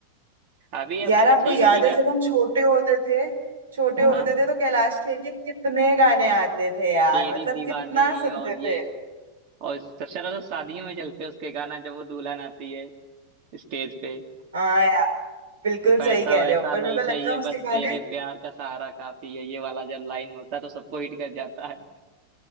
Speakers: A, on the right; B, on the right.
A: अभी आपने
B: यार आपको
A: अच्छा ये
B: याद
A: था ये क्या
B: है जब
A: है?
B: हम छोटे होते थे छोटे
A: हाँ
B: होते थे तो कैलाश खेर के कितने गाने आते थे यार
A: तेरी
B: मतलब
A: दीवानी
B: कितना सुनते
A: और ये
B: थे
A: और सबसे ज्यादा तो शादियों में चलते हैं उसके गाना जब वो दुल्हन आती है स्टेज पे
B: हाँ यार बिल्कुल
A: पैसा
B: सही कह
A: वैसा
B: रहे हो पर
A: नहीं
B: मेरे को
A: चाहिए
B: लगता है उसके
A: बस
B: गाने
A: तेरे प्यार का सहारा काफी है ये वाला जब लाइन होता है तो सबको हिट कर जाता है